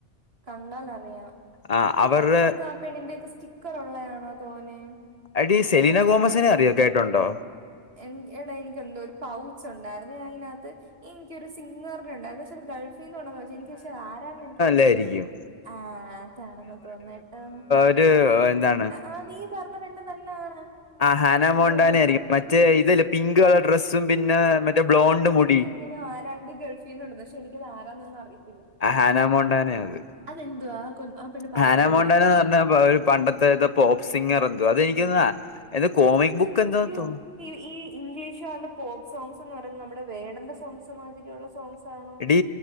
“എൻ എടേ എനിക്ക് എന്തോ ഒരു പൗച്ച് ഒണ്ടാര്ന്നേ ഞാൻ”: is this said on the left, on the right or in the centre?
Right